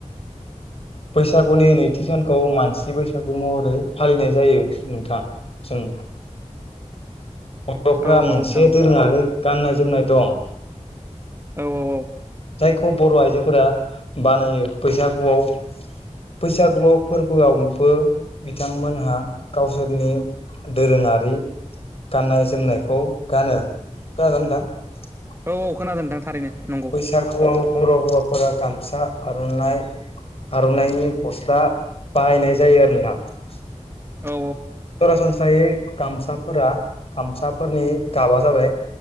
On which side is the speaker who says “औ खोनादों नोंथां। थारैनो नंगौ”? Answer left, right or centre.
Right